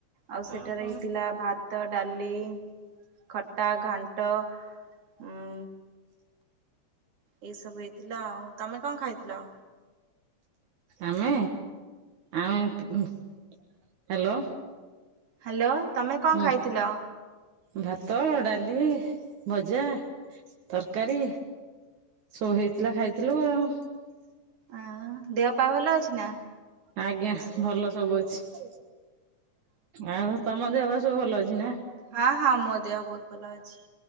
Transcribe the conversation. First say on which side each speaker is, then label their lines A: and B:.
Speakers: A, on the right; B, on the right.
A: ଆଉ ସେଠାରେ
B: ଓହୋ।
A: ହେଇଥିଲା ଭାତ ଭାତ ଡାଲି ଖଟା ଘାଣ୍ଟ ଉଁ ଏଇ ସବୁ ହେଇଥିଲା ଆଉ ତମେ କଅଁ ଖାଇଥିଲ?
B: ଆମେ ଆମେ ହ୍ୟାଲୋ।
A: ହ୍ୟାଲୋ ତମେ କି
B: ହୁଁ
A: ଅଁ ଖାଇଥିଲ?
B: ଭାତ ଡାଲି ଭଜା ତରକାରୀ ସୋ ହେଇଥିଲା ଖାଇଥିଲୁ ଆଉ।
A: ଆଉ ଦେହ ପା ଭଲ ଅଛି ନା?
B: ଆଜ୍ଞା ଭଲ ସବୁ ଅଛି ଆଉ ତମ ଦେେହବା ସବୁ ଭଲ ଅଛି ନା
A: ହଁ ହଁ ମୋ ଦେହ ବହୁତ ଭଲ ଅଛି।